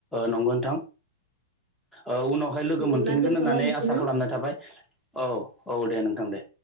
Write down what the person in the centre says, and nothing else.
नंगौ नोंथां। औ उनावहाय लोगो
मोनफिनगोन
होननानै आसा
खालामनाय थाबाय औ। औ दे नोंथां दे।